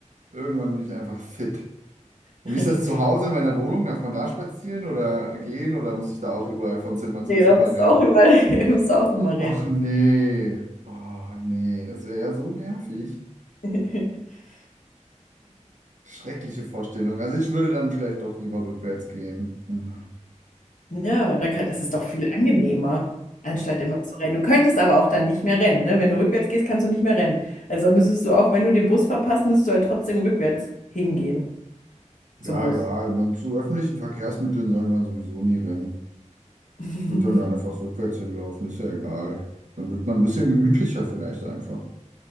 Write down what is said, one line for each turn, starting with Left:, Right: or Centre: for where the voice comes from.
Right: Irgendwann bin ich einfach fit. Und
Left: <laughs>
Right: wie ist das zu Hause in meiner Wohnung? Darf man da spazieren oder gehen oder muss ich da auch überall von Zimmer
Left: Nee,
Right: zu Zimmer
Left: da musst
Right: rennen?
Left: du auch immer, <laughs> musst du auch immer
Right: Och
Left: rennen.
Right: nee. Oh nee, das wäre ja so nervig.
Left: <laughs>
Right: Schreckliche Vorstellung. Also ich würde dann vielleicht doch lieber rückwärts gehen. Mhm.
Left: Ja, da kann, das ist doch viel angenehmer, anstatt immer zu rennen. Du könntest aber auch dann nicht mehr rennen, ne? Wenn du rückwärts gehst, kannst du nicht mehr rennen. Also müsstest du auch, wenn du den Bus verpasst, müsstest du halt trotzdem rückwärts hingehen
Right: Ja,
Left: zum Bus.
Right: egal. Man, zu öffentlichen Verkehrsmitteln soll man sowieso nie rennen.
Left: <laughs>
Right: Ich würde dann einfach rückwärts hinlaufen, ist ja egal. Dann wird man ein bisschen gemütlicher vielleicht einfach.